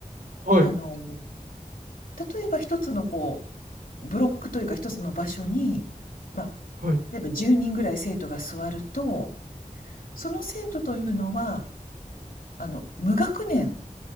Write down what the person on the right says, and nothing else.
はい。
はい。